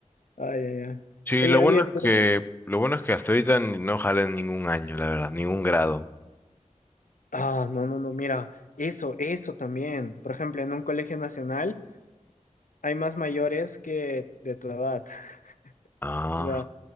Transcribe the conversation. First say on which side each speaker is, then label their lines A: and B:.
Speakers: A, on the left; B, on the left.
A: Ah, ya, ya.
B: Sí,
A: Oye,
B: lo
A: oye,
B: bueno es
A: pero...
B: que, lo bueno es que hasta ahorita ni- no jalé en ningún año, la verdad, ningún grado.
A: Ah, no, no, no, mira, eso, eso también. Por ejemplo, en un colegio nacional hay más mayores que de tu edad. <laughs>
B: Ah.
A: O sea,